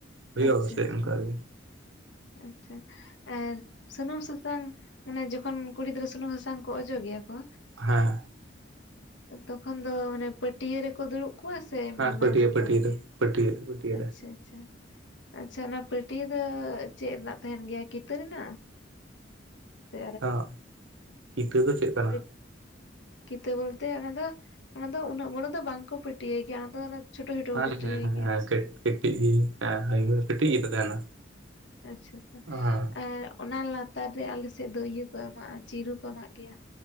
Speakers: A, on the right (about 75°); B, on the left (about 70°).
A: ᱦᱩᱭᱩᱜᱼᱟ
B: ᱟᱪᱪᱷᱟ
A: ᱯᱟᱥᱮᱡ
B: ᱟᱪᱪᱷᱟ
A: ᱚᱱᱠᱟᱜᱮ
B: ᱟᱪᱪᱷᱟ ᱟᱨ ᱥᱩᱱᱩᱢ ᱥᱟᱥᱟᱝ ᱢᱟᱱᱮ ᱡᱚᱠᱷᱚᱱ ᱠᱩᱲᱤ ᱜᱤᱫᱽᱨᱟᱹ ᱥᱩᱱᱩᱢ ᱥᱟᱥᱟᱝ ᱠᱚ ᱚᱡᱚᱜ ᱜᱮᱭᱟ ᱠᱚ
A: ᱦᱮᱸ
B: ᱛᱚᱠᱷᱚᱱ ᱫᱚ ᱢᱟᱱᱮ ᱯᱟᱹᱴᱭᱟ. ᱨᱮᱠᱚ ᱫᱩᱲᱩᱵ ᱠᱚᱣᱟ ᱥᱮ ᱥᱮ ᱮᱢᱤ
A: ᱦᱮᱸ
B: ᱢᱟ
A: ᱯᱟᱹᱴᱭᱟᱹ
B: ᱫᱩᱨ
A: ᱯᱟᱹᱴᱭᱟᱹ
B: ᱠᱚᱨᱮ ᱜᱮ
A: ᱨᱮ ᱯᱟᱹᱴᱭᱟᱹ ᱯᱟᱹᱴᱭᱟᱹ
B: ᱟᱪᱪᱷᱟ
A: ᱨᱮ
B: ᱟᱪᱪᱷᱟ ᱟᱪᱪᱷᱟ ᱚᱱᱟ ᱯᱟᱹᱴᱭᱟᱹ ᱫᱚ ᱪᱮᱫ ᱨᱮᱱᱟᱜ ᱛᱟᱦᱮᱱ ᱜᱮᱭᱟ ᱠᱤᱛᱟᱹ ᱨᱮᱱᱟᱜ ᱥᱮ
A: ᱦᱚ ᱠᱤᱛᱟᱹ ᱫᱚ ᱪᱮᱫ ᱠᱟᱱᱟ?
B: ᱢᱤᱫ ᱠᱤᱛᱟᱹ ᱵᱚᱞᱛᱮ ᱚᱱᱟ ᱫᱚ ᱚᱱᱟ ᱫᱚ ᱩᱱᱟᱹᱜ ᱵᱚᱲᱚ ᱫᱚ ᱵᱟᱝᱠᱚ ᱯᱟᱹᱴᱭᱟᱹᱭ ᱜᱮᱭᱟ ᱚᱱᱟ ᱫᱚ ᱪᱷᱳᱴᱳ ᱪᱷᱳᱴᱳ
A: ᱦᱮᱸ
B: ᱠᱚ ᱯᱟᱹᱴᱤᱭᱟᱭ
A: ᱦᱮᱸ ᱦᱮᱸ
B: ᱜᱮᱭᱟ
A: ᱠᱟᱹᱴᱤᱡ ᱠᱚ ᱜᱮ ᱛᱚ ᱛᱟᱦᱮᱱᱟ
B: ᱟᱪᱪᱷᱟ ᱟᱪᱪᱷᱟ
A: ᱦᱮᱸ
B: ᱟᱨ ᱚᱱᱟ ᱞᱟᱛᱟᱨ ᱨᱮ ᱟᱞᱮᱥᱮᱫ ᱫᱚ ᱤᱭᱟᱹ ᱠᱚ ᱮᱢᱟᱜᱼᱟ ᱪᱤᱨᱩ ᱠᱚ ᱮᱢᱟᱜ ᱜᱮᱭᱟ